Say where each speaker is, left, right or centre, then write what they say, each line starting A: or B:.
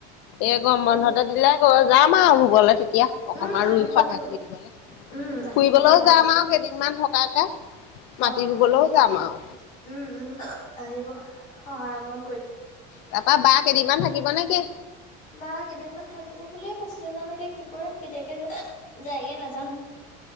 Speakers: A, on the left (about 60°); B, on the left (about 35°).
A: এ গম বন্ধতে
B: এইবোৰ
A: দিলে <unintelligible> যাম আৰু ৰুবলৈ তেতিয়া অকণমান
B: উম আহিব
A: ৰুই সহায়
B: আহিব
A: কৰি দিবলে
B: উম আহিব
A: ফুৰিবলৈও
B: সহায়
A: যাম আৰু কেইদিনমান থকাকে মাটি
B: অ'
A: ৰুবলৈও
B: আহিব।
A: যাম আৰু
B: উম, উম
A: তাপা বা কেইদিনমান থাকিব নেকি?
B: বা কেদিনমান থাকিব বুলিএ কৈছে জানো এতিয়া কি কৰে কতিয়াকে যায় কি কৰে নাজানো